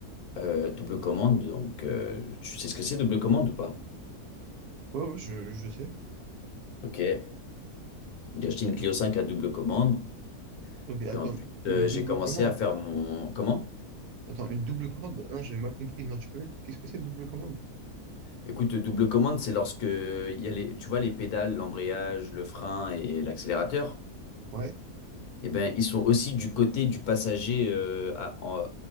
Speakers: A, on the left; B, on the right.
A: euh, double commande. Donc, euh, tu sais ce que c'est, double commande ou pas?
B: Ouais, ouais, je, je sais.
A: Ok. J'ai acheté une Clio 5 à double commande.
B: Ok, attends,
A: Et ensuite,
B: une
A: euh,
B: double
A: j'ai commencé
B: commande.
A: à faire mon... Comment?
B: Attends, une double commande? Ah Non, j'avais mal compris. Non, tu peux m'expliquer ce que c'est une double commande?
A: Écoute, double commande, c'est lorsque il y a les, tu vois, les pédales, l'embrayage, le frein et l'accélérateur.
B: Ouais.
A: Eh ben, ils sont aussi du côté du passager euh, à- en-